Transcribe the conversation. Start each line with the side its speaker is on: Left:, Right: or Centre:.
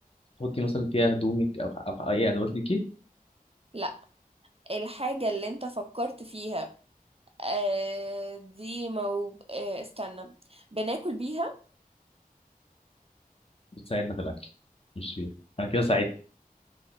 Left: تحطي مثلا فيها هدومك او او اي ادوات ليكي
Right: لا الحاجة اللي انت فكرت فيها آه، دي مو آه، استنى بناكل بيها
Left: بتساعدنا في الاكل مش فيها انا كده ساعدت